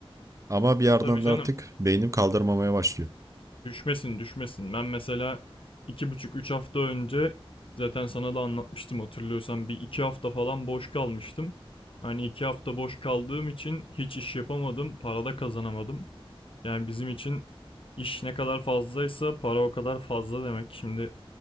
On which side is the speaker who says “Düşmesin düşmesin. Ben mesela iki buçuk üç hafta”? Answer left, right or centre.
Left